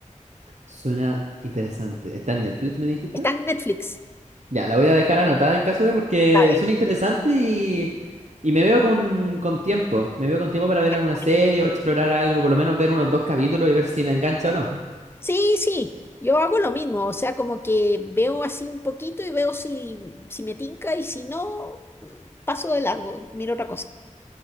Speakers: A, on the right (about 60°); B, on the left (about 15°).
A: suena interesante. ¿Está en Netflix, me dijiste?
B: Está en Netflix.
A: Ya, la voy a dejar anotada en caso de porque
B: Vale.
A: son interesantes y, y me veo con, con tiempo. Me veo con tiempo para ver alguna
B: Bueno.
A: serie o explorar algo, por lo menos ver unos dos capítulos y ver si me engancha o no.
B: Sí, sí, yo hago lo mismo, o sea, como que veo así un poquito y veo si, si me tinca y si no, mm, paso de largo, miro otra cosa.